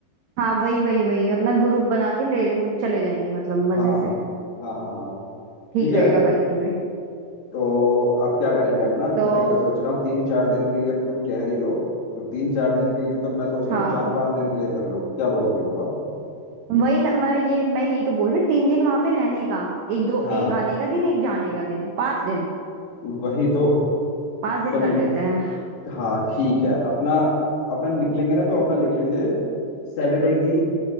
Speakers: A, on the right; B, on the left.
A: हाँ वही वही वही अपना ग्रुप बना के ले चले जाएंगे मतलब मजे
B: हाँ
A: से
B: हाँ हाँ हाँ
A: ठीक
B: ठीक है
A: रहेगा बाइक पे भी
B: तो आप क्या करेंगे अपना तो
A: तो
B: मैं क्या सोच रहा हूँ तीन चार दिन के लिए अब तुम कह रही हो तो तीन चार दिन के लिए तो मैं सोच
A: हाँ
B: रहा हूँ चार पांच दिन के लिए कर लो क्या बोलती हो बताओ
A: वही ना मैं ये मैं यही तो बोल रही हूँ, तीन दिन वहां पे रहने का एक दो
B: हाँ
A: एक आने का दिन एक जाने का दिन पांच दिन
B: वही तो
A: पांच दिन
B: तुम
A: कर लेते हैं
B: हाँ ठीक है अपना अपना निकलेंगे ना तो अपना निकलेंगे सैटरडे की